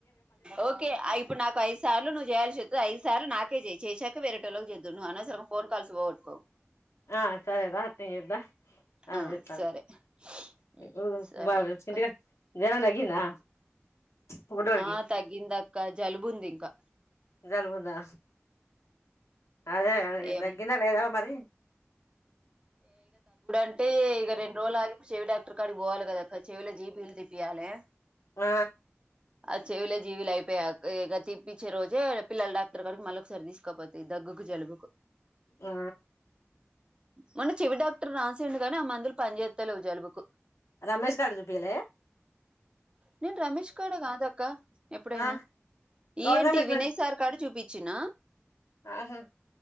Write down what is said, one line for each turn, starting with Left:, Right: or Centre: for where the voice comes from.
Right: ఓకే ఇప్పుడు నాకు ఐదు సార్లు నువ్వు చేయాల్సి చె ఐదు సార్లు నాకే చే చేసాక వేర చేద్ద ను అస సర ఫోన్ కాల్స్ పో ఉట్కో
Left: ఆ సరే రాత్రంగ ఇద్ద అద
Right: ఆ,
Left: ఇస్తానుఊ
Right: సరే ఉమ్, సరే
Left: బా
Right: అక్క
Left: చిట్గా జ్వరం తగ్గిందా బుడ్డోడికి
Right: ఆ తగ్గిందక్క జలుబుంది ఇంకా
Left: జలుబు ఉందా అదే అదే
Right: ఏం
Left: తగ్గిందా లేదావా మరి
Right: అంటే ఇక రెండు రోజులు ఆగిప్పు చెవి డాక్టర్ కాడ పోవాలి కదాక్క చెవిలో జీపిీలు తిప్పయాలి
Left: ఆ
Right: ఆ చెవులే జీవులు అయిపోయా గది ఇప్పించే రోజే పిల్లల డాక్టర్ కడికి మళ్ళీ ఒక సరి తీసుకోపోతుాయి దగ్గుకు జలుబుకు
Left: ఆ
Right: మొన్న చెవి డాక్టర్ రాసిండుగాని ఆ మందులు పని చేేస్తలే జలుబుకు
Left: రమేష్ కాడజూపియేల్
Right: నేన్ రమేష్ కాడ కాదక్క ఎప్పుడైనా
Left: ఆ గౌడ
Right: ఈ ఏంటి
Left: రమేష్
Right: వినయ్
Left: మంచి
Right: సార్ కాడ చూపించ చ్చిన
Left: ఆహా